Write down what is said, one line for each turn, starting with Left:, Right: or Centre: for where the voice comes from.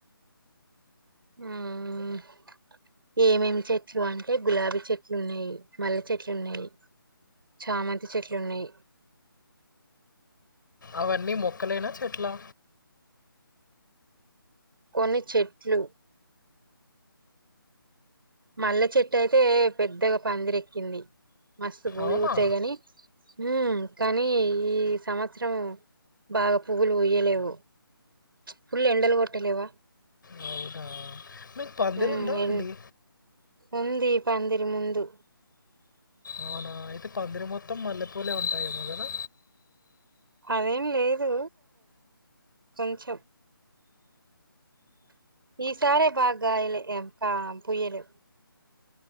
Right: ఉమ్ ఏమేమి చెట్లు అంటే గులాబీ చెట్లున్నాయ్ మల్లె చెట్లున్నాయ్ చామంతి చెట్లున్నాయ్
Left: అవన్నీ మొక్కలేనా చెట్లా
Right: కొన్ని చెట్లు మళ్లే చెట్టు అయితే పెద్దగా పందిరెక్కింది మస్తు పూలుబుత్తయ్
Left: అవునా
Right: గని ఉమ్ కానీ ఈ సంవత్సరము బాగా పువ్వులు పుయ్యలేవు ఫుల్ ఎండలు కొట్టలేవా
Left: అవునా మీక్ పందిరుందా
Right: ఉమ్ ఎన్
Left: అండి
Right: ఉంది పందిరి ముందు
Left: అవునా! అయితే పందిరి మొత్తం మల్లెపూలే ఉంటాయేమో గదా
Right: అదేం లేదు కొంచెం ఈసారే బాగాయలే కా పుయ్యలేవ్